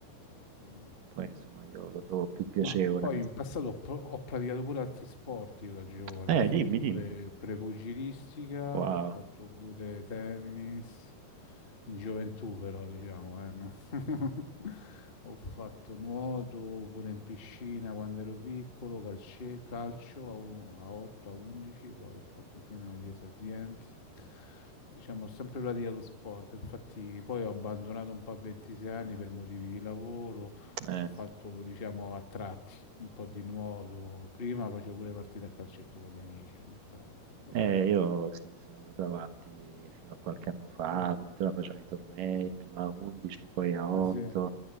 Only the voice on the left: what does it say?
decisamente.
Ma poi
in passato ho, pro- ho praticato pure altri sport io da giovane,
ho fatto
pure
prepugilistica,
ho fatto pure tennis, in gioventù però diciamo, eh, no? <laughs> Ho fatto nuoto pure in piscina quando ero piccolo, calce- calcio a, u- a 8, a 11, poi ho fatto fino agli esordienti. Diciamo, ho sempre praticato sport, infatti poi ho abbandonato un po' a 26 anni per motivi di lavoro
ho fatto,
diciamo, a tratti un po' di nuoto. Prima facevo pure partite a calcetto con gli amici ogni tanto, però,
però...
Ah sì,